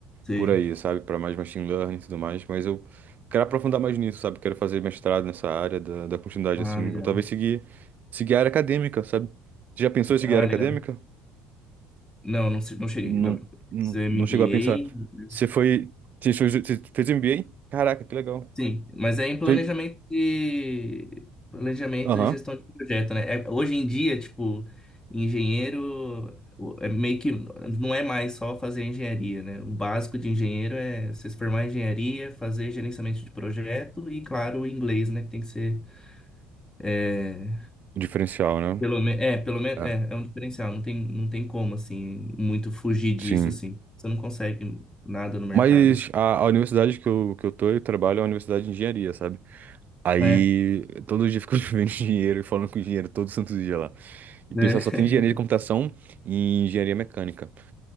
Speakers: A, on the left; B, on the right.
A: Sim.
B: por aí, sabe? Para mais machine learning e tudo mais. Mas eu quero aprofundar mais nisso, sabe? Quero fazer mestrado nessa área da, da continuidade,
A: Ah,
B: assim.
A: legal.
B: Ou talvez seguir, seguir a área acadêmica, sabe? Você já pensou em seguir
A: Ah,
B: a área
A: legal.
B: acadêmica?
A: Não, não, se- não cheguei.
B: Não,
A: Não.
B: não,
A: Fiz MBA,
B: não chegou a pensar. Você foi. Você fez você fez MBA? Caraca, que legal.
A: Sim, mas é em planejamento
B: Fe-
A: de planejamento
B: Aham.
A: e gestão de projeto, né? É- hoje em dia, tipo, engenheiro o- é meio que não é mais só fazer engenharia, né? O básico de engenheiro é você se formar em engenharia, fazer gerenciamento de projeto e, claro, o inglês, né? Que tem que ser é,
B: O Diferencial, né?
A: pelo menos é, pelo menos
B: É,
A: é, é um diferencial. Não tem, não tem como assim muito fugir disso
B: sim.
A: assim. Você não consegue nada no mercado
B: Mas
A: assim,
B: a, a universidade que eu, que eu tô e trabalho é uma universidade de engenharia, sabe? Aí
A: né? É.
B: todo dia eu fico <laughs> vendo dinheiro e falando com o engenheiro todo santo dia lá. E
A: <laughs>
B: o pessoal só tem engenharia de computação e engenharia mecânica.